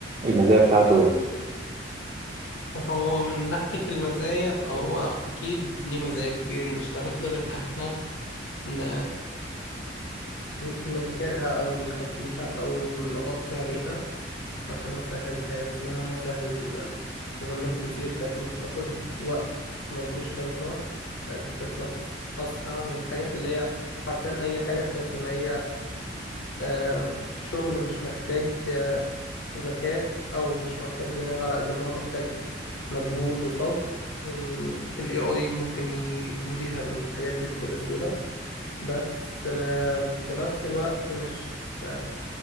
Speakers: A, on the right (about 30°); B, on the left (about 85°).
A: المزايا بتاعته إيه؟
B: هو من ناحية المزايا فهو أكيد ليه مزايا كتير مش هنقدر إن احنا ن... ن- ننكرها أو نخبيها أو نغطي عليها حرفيا هو سهل حياتنا سهل مهمات كتير كانت ممكن تاخد وقت ملهوش لازمة بقت بتخلص أسرع يعني الحاجات اللي هي حرفيا أي حاجة تحس إن هي آه، شغل مش محتاج آه، ذكاء أو مش محتاج دماغ على قد ما هو محتاج مجهود وصبر مم، ال AI ممكن يقوم بيها الحاجات دي بكل سهولة بس آه، في نفس الوقت مش آه،